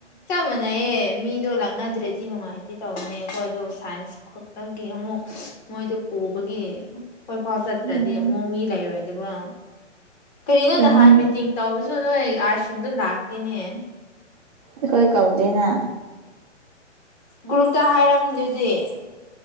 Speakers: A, on the left; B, on the right.
A: ꯆꯞ ꯃꯥꯟꯅꯩꯌꯦ ꯃꯤꯗꯣ ꯂꯥꯛꯅꯗ꯭ꯔꯗꯤ ꯅꯨꯡꯉꯥꯏꯇꯦ ꯇꯧꯕꯅꯦ ꯑꯩꯈꯣꯏꯗꯣ ꯁꯥꯏꯟꯁ ꯈꯛꯇꯒꯤ ꯑꯃꯨꯛ ꯃꯣꯏꯗꯣ ꯄꯨꯕꯒꯤ ꯈꯣꯏꯐꯥꯎ ꯆꯠꯇ꯭ꯔꯗꯤ
B: ꯎꯝ
A: ꯑꯃꯨꯛ ꯃꯤ ꯂꯩꯔꯣꯏꯗꯕ ꯀꯔꯤꯅꯣ
B: ꯆꯨꯝꯃꯦ
A: ꯅꯍꯥꯟ ꯃꯤꯇꯤꯡ ꯇꯧꯕꯁꯨ ꯅꯣꯏ ꯑꯥꯔꯁꯤꯡꯗꯣ ꯂꯥꯛꯇꯦꯅꯦ
B: ꯑꯩꯈꯣꯏ ꯀꯧꯗꯦꯅ
A: ꯒ꯭ꯔꯨꯞꯇ ꯍꯥꯏꯔꯝꯗꯨꯗꯤ